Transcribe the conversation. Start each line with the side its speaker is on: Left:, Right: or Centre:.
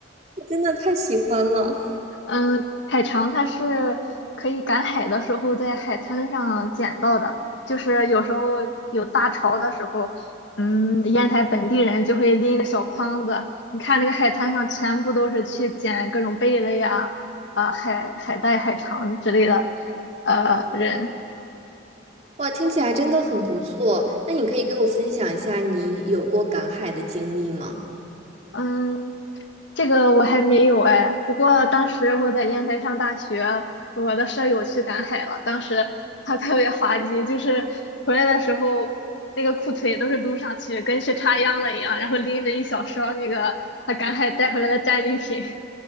Right: 我真的太喜欢了。
Left: 嗯，海肠它是可以赶海的时候在海滩上捡到的，就是有时候有大潮的时候，嗯，烟台本地人就会拎着小筐子，你看那个海滩上全部都是去捡各种贝类呀、啊、海海带、海肠之类的，呃，人，
Right: 哇，听起来真的很不错。那你可以给我分享一下你有过赶海的经历吗？
Left: 嗯。这个我还没有哎，不过当时我在烟台上大学，我的舍友去赶海了，当时 <laughs> 他特别滑稽，就是回来的时候那个裤腿都是撸上去，跟去插秧了一样，然后拎着一小勺那个他赶海带回来的战利品。